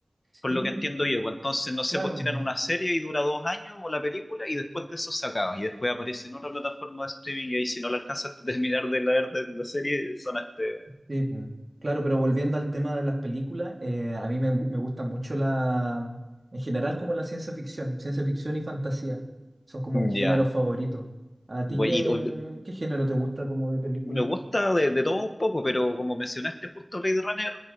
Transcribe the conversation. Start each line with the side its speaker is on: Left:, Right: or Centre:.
Right: Sí,
Left: por lo que entiendo yo. Pues entonces, no sé,
Right: claro,
Left: pues tiran
Right: po.
Left: una serie y dura dos años o la película y después de eso se acaba. Y después aparece en otra plataforma de streaming y ahí si no la alcanzas a terminar de leer de la serie, son este...
Right: sí, po. Claro, pero volviendo al tema de las películas, eh, a mí me, gu- me gusta mucho la, en general como la ciencia ficción, ciencia ficción y fantasía. Son como mis géneros
Left: Ya.
Right: favoritos. ¿A ti
Left: Bueno,
Right: qué,
Left: y- y
Right: qué género te gusta como de película?
Left: me gusta de, de todo un poco, pero como mencionaste justo Blade Runner,